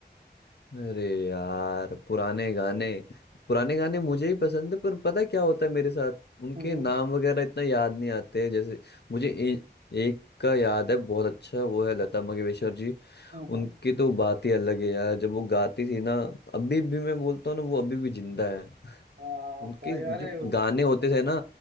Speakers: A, on the left; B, on the right.
A: अरे यार पुराने गाने पुराने गाने मुझे ही पसंद है पर पता है क्या होता है मेरे साथ उनके
B: हम्म
A: नाम वगैरह इतना याद नहीं आते जैसे मुझे ए, एक का याद है बहुत अच्छा वो है लता मंगेशकर जी
B: हम्म हम्म।
A: उनकी तो बात ही अलग है यार जब वो गाती थी ना अभी भी मैं बोलता हूँ ना वो अभी भी जिंदा है <laughs>
B: आ,
A: उनके
B: भाई अरे
A: जो गाने होते थे ना